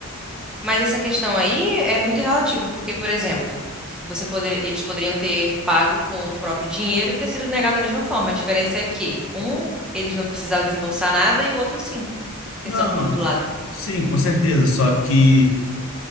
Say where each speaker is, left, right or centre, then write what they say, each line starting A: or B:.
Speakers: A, in the centre; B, on the left.
A: Mas essa questão aí é muito relativa, porque, por exemplo, você poder- eles poderiam ter pago com o próprio dinheiro e ter sido negado da mesma forma. A diferença é que um, eles não precisavam desembolsar nada e o outro sim, pensando
B: Não,
A: por outro lado.
B: sim, com certeza. Só que